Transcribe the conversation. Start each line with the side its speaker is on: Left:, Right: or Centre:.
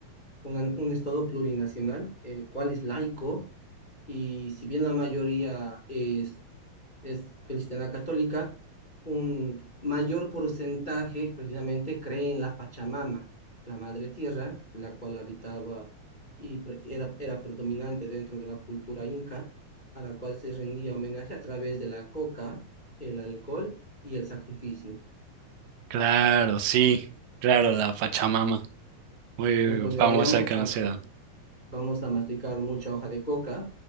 Left: una- un estado plurinacional, el cual es laico, y si bien la mayoría es es cristiana católica, un mayor porcentaje precisamente cree en la Pachamama, la madre tierra, la cual habitaba y pre- era, era predominante dentro de la cultura inca, a la cual se rendía homenaje a través de la coca, el alcohol y el sacrificio.
Right: Claro, sí, claro, la Pachamama, muy
Left: Entonces, donde
Right: famosa
Left: vayamos
Right: y conocida.
Left: a vamos a masticar mucha hoja de coca,